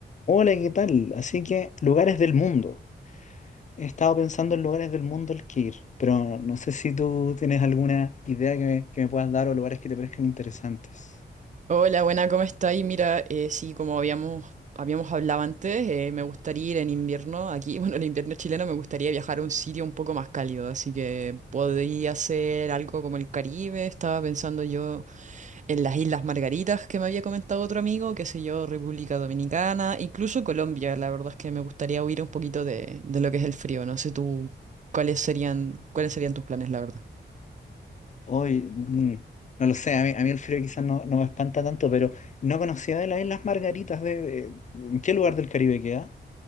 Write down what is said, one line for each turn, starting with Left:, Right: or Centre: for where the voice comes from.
Left: Hola, ¿qué tal? Así que lugares del mundo. He estado pensando en lugares del mundo al que ir, pero no sé si tú tienes alguna idea que me, que me puedas dar o lugares que te parezcan interesantes.
Right: Hola, buena, ¿cómo estáis? Mira, eh, sí, como habíamos, habíamos hablado antes, eh, me gustaría ir en invierno aquí, <laughs> bueno, en invierno chileno me gustaría viajar a un sitio un poco más cálido, así que podría ser algo como el Caribe, estaba pensando yo en las Islas Margaritas que me había comentado otro amigo, qué sé yo, República Dominicana, incluso Colombia, la verdad es que me gustaría huir un poquito de, de lo que es el frío, no sé tú, ¿cuáles serían, cuáles serían tus planes, la verdad?
Left: Hoy, mm, no lo sé, a mí, a mí el frío quizás no, no me espanta tanto, pero no conocía de las Islas Margaritas de, de- ¿en qué lugar del Caribe queda?